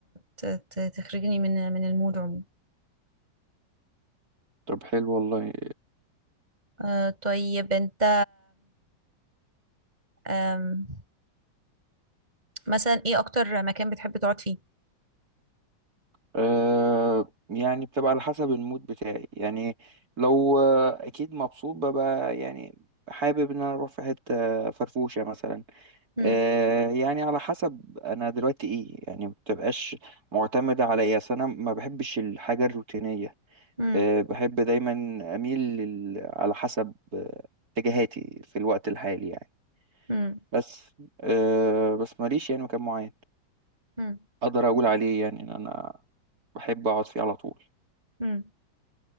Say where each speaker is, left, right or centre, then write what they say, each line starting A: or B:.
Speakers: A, on the right; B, on the right.
A: ت- ت- تخرجني من من المود عموما
B: طب حلو والله
A: آه، طيب أنت أم مثلا ايه اكتر مكان بتحب تقعد فيه
B: أه يعني بتبقى على حسب المود بتاعي يعني لو آه، اكيد مبسوط ببقى يعني حابب ان انا اروح في حته فرفوشه مثلا
A: امم
B: أه يعني على حسب انا دلوقتي ايه يعني ما بتبقاش معتمده على ايه أصل انا ما بحبش الحاجه الروتينيه
A: امم
B: أه بحب دايما اميل لل... على حسب آه، اتجاهاتي في الوقت الحالي يعني
A: امم
B: بس أه بس ماليش يعني مكان معين
A: امم
B: اقدر اقول عليه يعني ان انا بحب اقعد فيه على طول
A: امم